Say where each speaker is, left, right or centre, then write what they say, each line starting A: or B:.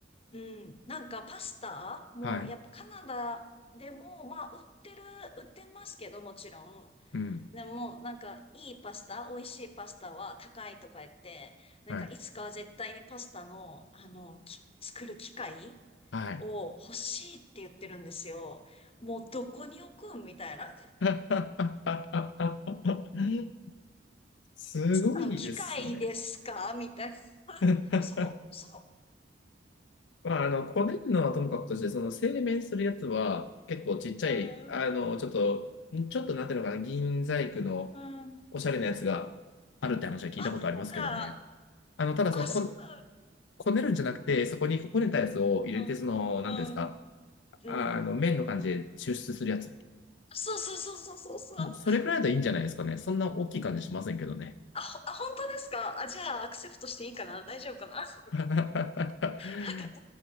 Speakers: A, on the left (about 30°); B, on the left (about 75°).
A: うん、なんかパスタもやっぱカナダでも、
B: はい。
A: まあ売ってる、売ってますけどもちろん。
B: うん。
A: でも、なんか、いいパスタ、美味しいパスタは高いとか言って、なんか、
B: はい。
A: いつかは絶対にパスタの、あの、き作る機械
B: はい。
A: を欲しいって言ってるんですよ。もう、どこに置くんみたいな。
B: <laughs> すごいですね。
A: あの、機械ですかみたいな。
B: <laughs>
A: そう、そ
B: まあ、あの、こねるのはともかくとして、その製麺するやつは結構ちっちゃい、
A: う。
B: あの、
A: うん、
B: ちょっと、ちょっとなんていうのかな、銀細工の
A: うん。
B: おしゃれなやつがあるって話は聞いたことありますけどね。
A: あ、なんだ。
B: あの、ただそのこ、
A: あ、そうな
B: こねるんじゃなくて、そこにこねたやつを入れて、
A: ん
B: その、
A: だ。
B: なんていうんですか、
A: うん、うん。うん
B: ああの、麺の感じで抽出するやつ。
A: そうそうそうそうそうそう。
B: うんそれくらいだといいんじゃないですかね。そんな大きい感じしませんけどね。
A: あ、ほ、あ、本当ですかあ、じゃあ、アクセプトしていいかな大丈夫かな <laughs>
B: <laughs>
A: なんか、いる、